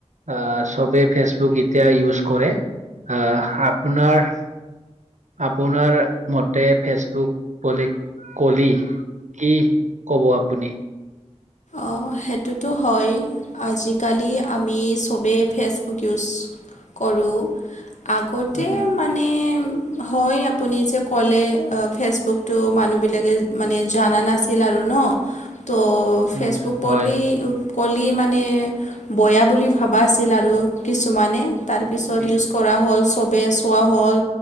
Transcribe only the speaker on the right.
আহ চবে ফেচবুক এতিয়া ইউজ কৰে। আহ আপোনাৰ আপোনাৰ মতে ফেচবুক বুলি কলি কি ক'ব আপুনি?
উম
উম,
হয়
উম